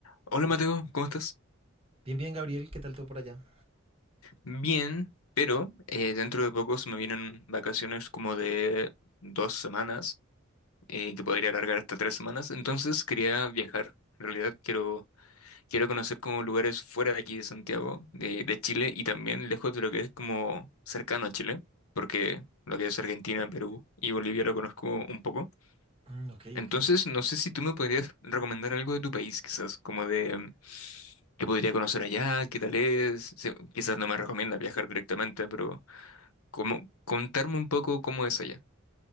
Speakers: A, on the left; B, on the right.
A: Hola Mateo, ¿cómo estás?
B: Bien, bien, Gabriel, ¿qué tal todo por allá?
A: Bien, pero eh, dentro de poco se me vienen vacaciones como de dos semanas, eh, que podría alargar hasta tres semanas, entonces quería viajar. En realidad quiero, quiero conocer como lugares fuera de aquí de Santiago, de, de Chile, y también lejos de lo que es como cercano a Chile, porque lo que es Argentina, Perú y Bolivia lo conozco un poco.
B: Mm, ok,
A: Entonces,
B: ok.
A: no sé si tú me podrías recomendar algo de tu país, quizás, como de mm, qué podría conocer allá, qué tal es. Se- quizás no me recomienda viajar directamente, pero como contarme un poco cómo es allá.